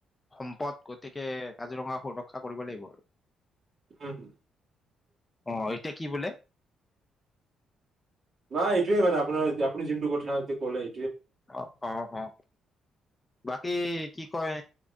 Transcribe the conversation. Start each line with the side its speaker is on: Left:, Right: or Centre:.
Left: সম্পদ গতিকে কাজিৰঙাক সুৰক্ষা কৰিব লাগিব আৰু
Right: উম্
Left: অ এতিয়া কি বোলে
Right: নাই এইটোৱে মানে আপোনাৰ আপুনি যোনটো কথা এতিয়া কলেই
Left: অ অ অ অ বাকী কি কয়